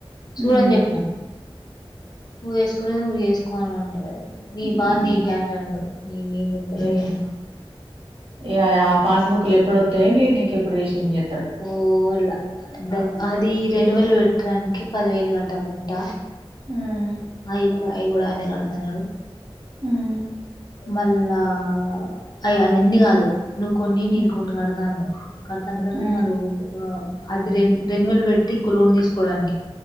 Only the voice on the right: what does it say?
ఉమ్,
ఉమ్,
ఏం-
ఏ ఆ పాస్బుక్లు ఎప్పుడొతాయి నీది నీకు ఎప్పుడు రీసెజన్ చెస్తా
హ్మ్
ఉమ్,
ఉమ్,
ఉమ్,